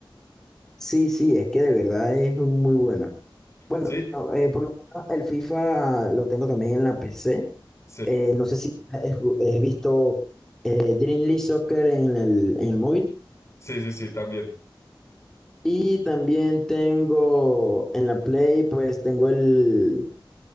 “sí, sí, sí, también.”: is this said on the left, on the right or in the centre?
Left